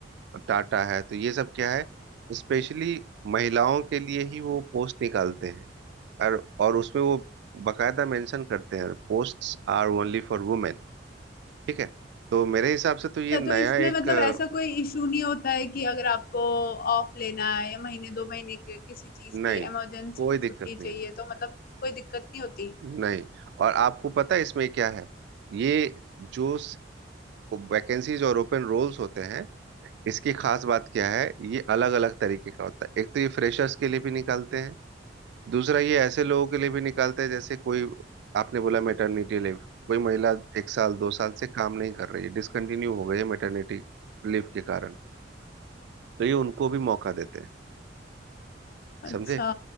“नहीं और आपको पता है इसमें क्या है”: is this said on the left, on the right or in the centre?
Right